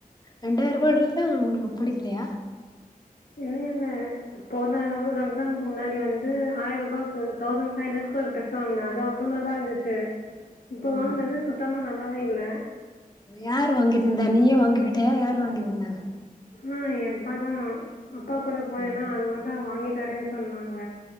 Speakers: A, on the left; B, on the left.
A: ரெண்டாயிரூபா ட்ரெஸ்ஸு உனக்கு புடிக்கலையா
B: என்ன இன போன ரம்ஜானுக்கு முன்னாடி வந்து ஆயிரூபாக்கு தௌசண்ட் ஃபைவ் ஹண்ட்ரக்கு ஒரு ட்ரெஸ் வாங்குனே அது அவ்ளோ நல்லாருந்துச்சு இப்போ
A: ம்
B: வாங்கினது சுத்தமா நல்லாவே இல்ல
A: அது யார் வாங்கி தந்தா நீயே வாங்கிக்கிட்டயா யாரு வாங்கி தந்தாங்க
B: ம் ம் ஏ அப்பாதா அப்பா கூட போனேன்னா
A: ம்
B: அது வந்தா வாங்கி தரே சொன்னாங்க